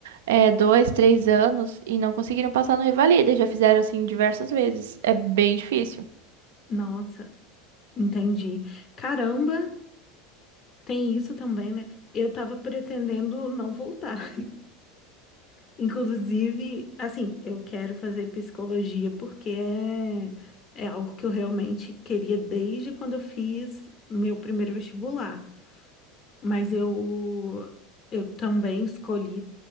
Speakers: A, on the right; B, on the left.
A: é, dois, três anos e não conseguiram passar no Revalida. Já fizeram, assim, diversas vezes. É bem difícil.
B: Nossa, entendi. Caramba, tem isso também, né? Eu tava pretendendo não voltar. <laughs> Inclusive, assim, eu quero fazer psicologia porque é, é algo que eu realmente queria desde quando eu fiz meu primeiro vestibular. Mas eu, eu também escolhi,